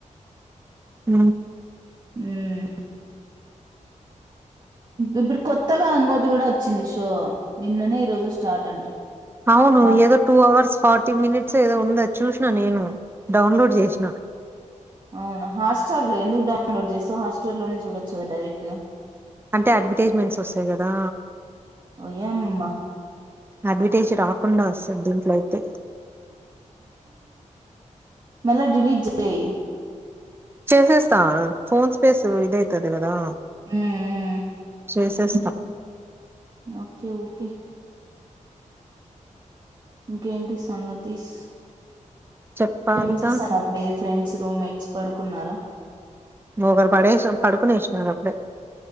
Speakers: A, on the right; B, on the right.
A: ఉ
B: ఉమ్ ఇప్పుడు కొత్తగా ఇంగోటి కూడా వచ్చింది షో నిన్ననే ఈ రోజు స్టార్ట్ అంట
A: అవును
B: మా
A: ఏదో టూ అవర్స్ ఫార్టీ మినిట్స్ ఏదో ఉంది అది చూసినా నేను డౌన్లోడ్ చేసిన
B: అవునా హాట్స్టార్ లో ఎందుకు డౌన్లోడ్ చేస్తావు హాట్స్టార్ లోనే చూడొచ్చు కదా డైరెక్ట్
A: అంటే అడ్వర్టైజ్మెంట్స్ వస్తాయి కదా
B: వియామ్మ
A: అడ్వటైజ్ రాకుండా వస్తాది దీంట్లో అయితే
B: మల్ల డిలీట్ చేయి
A: చేసేస్తా ఫోన్ స్పేస్ ఇదయితది కదా
B: ఉమ్
A: చేసేస్తా
B: ఉమ్ ఓకే ఓకే ఇంకేంటి సంగతీస్
A: చెప్పాలిగా
B: ఏం చేస్తానారు మీ ఫ్రెండ్స్ రూమ్మేట్స్ పడుకున్నారా
A: ఒకరు పడేసి పడుకునేసినారు అప్పుడే